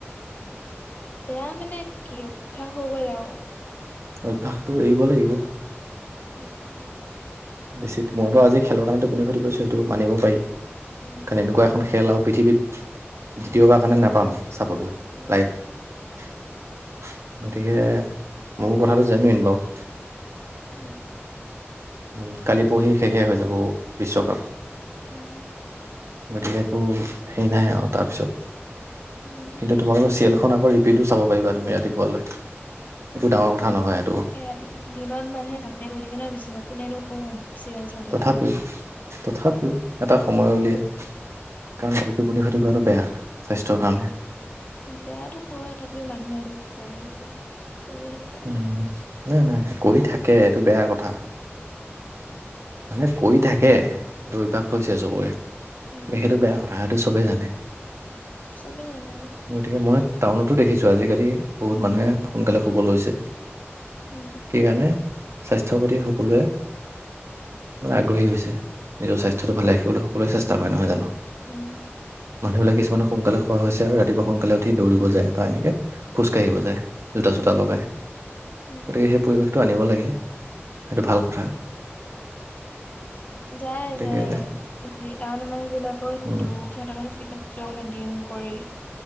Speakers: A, on the left; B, on the right.
A: বেয়া মানে কি অভ্যাস হৈ গ'ল আৰু
B: অভ্যাসটো এৰিব লাগিব
A: উম
B: বেছিত মই বাৰু আজি খেলৰ কাৰণেত টোপনি ক্ষতি কৰিছোঁ সেইটো মানিব পাৰি
A: উম
B: কাৰণ এনেকুৱা এখন খেল আৰু পৃথিৱীত দ্বিতীয়বাৰ কাৰণে নাপাম চাবলৈ
A: উম
B: লাইফ গতিকে মোৰ কথাটো জেনুৱইন বাৰু
A: উম
B: উ কালি পঢ়হি শেষে হৈ যাব বিশ্বকাপ
A: উম
B: গতিকে একো হেৰি নাই আৰু তাৰপিছত
A: উম
B: কিন্তু তোমালোকৰ চিৰিয়েল খন ফোন আকৌ ৰিপিটো চাব পাৰিবা তুমি ৰাতিপুৱালৈ একো ডাঙৰ কথা নহয় এইটো।
A: এ ৰাতি দিনত মানুহে কামে কৰি থাকে ন বেছিভাগ কোনেনো চেৰিৱেল চাই। থাকে
B: তথাপিও তথাপিও এটা সময় উলিয়াই,,,, কাৰণ টুপনি খতি কৰাটো বেয়া স্বাস্থ্যৰ কাৰণে।
A: বেয়াতো কয় থাকে তথাপিও মানুহে আৰু কয় কৰি
B: উমঁ নাই নাই কৰি থাকে এইটো বেয়া কথা। মানে কৰি থাকে সেইটো অভ্যাস হৈছে চবৰে। সেইটো
A: উম
B: বেয়া কথা সটো চবেই জানে।
A: চবেই জানে।
B: গতিকে মই টাউন'তো দেখিছো আজিকালি বহুত মানুহে সোনকালে শুব লৈছে।
A: উমঁ!
B: কি কাৰণে স্বাস্থ্যৰ প্ৰতি সকলোৱে,,, মানে আগ্ৰহী হৈছে নিজৰ স্বাস্থ্যটো ভালে ৰাখিবলৈ সকলোৱে চেষ্টা কৰে নহয় জানো।
A: উমঁ!
B: মানুহবিলাকে কিছুমানে সোনকালে খোৱা হৈছে আৰু ৰাতিপুৱা সোনকালে উঠি দৌৰিব যায় বা এনেকে খোজ কাঢ়িব যায়। জোতা
A: উম
B: চোতা লগাই গতিকে
A: উম
B: সেই পৰিৱেশটো আনিব লাগে সেইটো ভাল কথা।
A: যায়
B: গতিকে
A: যায় টাউনৰ মানুহ বিলাকো সেইটো।
B: উম,
A: সিহঁতে মানে ফিটনেছ দিন কৰেই